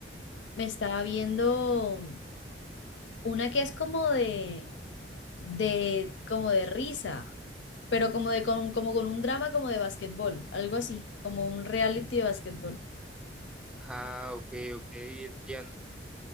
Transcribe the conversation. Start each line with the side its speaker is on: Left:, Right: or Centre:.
Left: Me estaba viendo una que es como de, de, como de risa, pero como de, con, como con un drama como de básquetbol, algo así, como un reality de básquetbol.
Centre: Ah, ok, ok, entiendo.